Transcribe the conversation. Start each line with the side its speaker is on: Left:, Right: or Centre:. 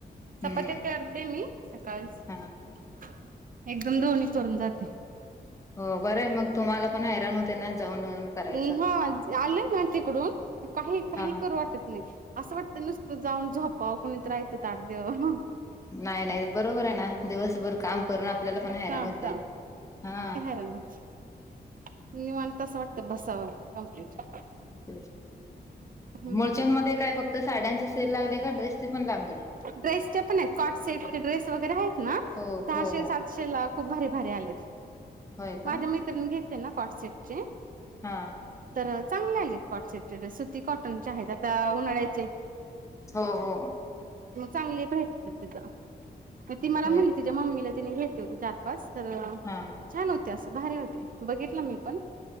Right: चपात्या
Left: हम्म
Right: करते मी सकाळीचं.
Left: हा
Right: <inaudible> एकदम दोन्ही करून जाते.
Left: हो बरं आहे मग तुम्हाला पण आराम होते ना. जाऊन येऊन करायचं
Right: हम. आलेना तिकडून, की काही काही
Left: हा
Right: करू वाटत नाही. आस वाटतं नुस्त जाऊन झोपावं, कोणीतरी आयत ताट द्याव आणून.
Left: नाही नाही बरोबर आहे ना. दिवसभर काम करून आपल्याला पण हैराण
Right: काम
Left: होतंय
Right: काम
Left: हा.
Right: <unintelligible> निवांत आस वाटतंय बसावं कंप्लीट.
Left: <inaudible>
Right: हम्म
Left: मुलचंद मध्ये काय, फक्त साड्यांचे सेल लागले का ड्रेसचे पण लागले?
Right: ड्रेसचे पण आहेत. कॉट सेट चे ड्रेस वगैरे आहेत ना,
Left: हो
Right: सहाशे
Left: हो हो
Right: सात सेल ला खूप भारी भारी आलेत.
Left: होय का
Right: माझ्या मैत्रिणीने घेतले ना कॉटसेटचे
Left: हा.
Right: तर चांगले आलेत कॉट सेट चे सुती कॉटनचे आहेत. आता उन्हाळ्याचे.
Left: हो हो.
Right: चांगली भेटतेत तिथं. <inaudible> की ती मला
Left: होय
Right: म्हणती ते मम्मीला तिने घेतले होते चार पाच. तर
Left: हा
Right: छान होते असं, भारी होते बघितलं मी पण.